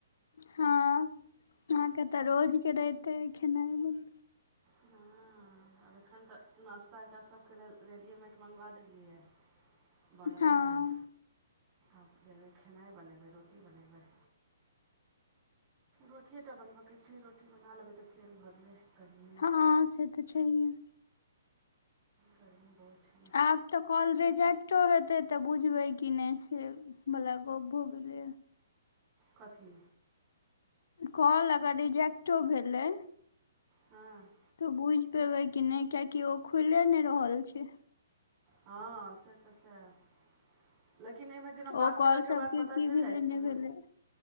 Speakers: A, on the left; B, on the right.
A: हँ आहाँ के तऽ रोजके दाएत खेनाय में
B: हँ हँ आब एखन तऽ नाश्ता एकरा सबके लेल रेडीमेड मँगबा देलियै बनल
A: हँ
B: बनैल आब जेबै खेनाइ बनेबै रोटी बनेबै रोटिएटा बनबऽके छै रोटी बना लेबै तऽ चैन भऽ जेबै गर्मीमे
A: हँ से तऽ छैहिए
B: गर्मी बहुत छै ने
A: आब तऽ कॉल रिजेक्टो हेतै तऽ बुझबे की नहि से वला गोप भोगल
B: कथी
A: कॉल अगर रिजेक्टो भेलै
B: हँ
A: तऽ बुइझ पेबै कि नहि कियाकि ओ खुले नहि रहल छै
B: हँ से तऽ सैह लेकिन एमे जेना बात
A: ओ कॉल
B: केला के
A: सबके
B: बाद पता चलि
A: की भेलै
B: जाइ छै
A: नहि
B: ने
A: भेलै